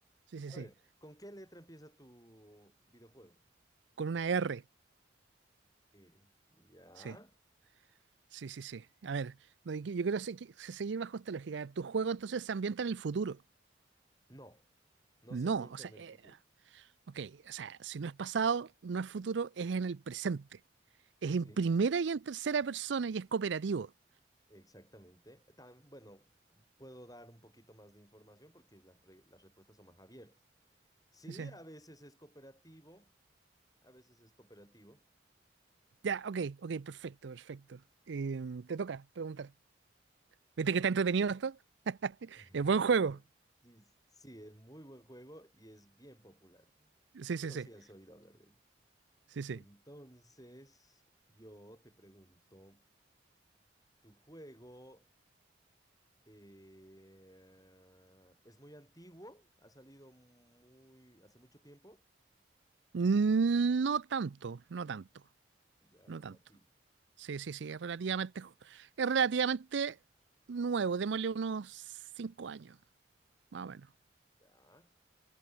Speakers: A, on the right (about 75°); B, on the left (about 20°).
A: Sí, sí,
B: A
A: sí.
B: ver, ¿con qué letra empieza tu videojuego?
A: Con una R.
B: R. Ya.
A: Sí, sí, sí, sí. A ver, no, yo, yo quiero segui- seguir bajo esta lógica. A ver, ¿Tu juego entonces se ambienta en el futuro?
B: No, no
A: No,
B: se ambienta
A: o sea,
B: en el
A: eh,
B: futuro.
A: ok, o sea, si no es pasado, no es futuro, es en el presente. Es en
B: Sí,
A: primera y en tercera persona y es cooperativo.
B: exactamente. Tan, bueno, puedo dar un poquito más de información porque las, pre- las respuestas son más abiertas. Sí,
A: Sí, sí.
B: a veces es cooperativo. A veces es cooperativo.
A: Ya, ok, ok, perfecto, perfecto. Em, te toca preguntar. ¿Viste que está entretenido esto? <laughs>
B: <laughs>
A: Es buen juego.
B: Sí, sí, es muy buen juego y es bien popular.
A: Sí,
B: Sí
A: sí,
B: o
A: sí.
B: sí has oído hablar de él.
A: Sí, sí.
B: Entonces, yo te pregunto, ¿tu juego eh, es muy antiguo? ¿Ha salido muy hace mucho tiempo?
A: Mm, No tanto, no tanto,
B: Ya,
A: no
B: relativo.
A: tanto. Sí, sí, sí, es relativamente, jo- es relativamente nuevo. Démosle unos cinco años, más o menos,
B: Ya.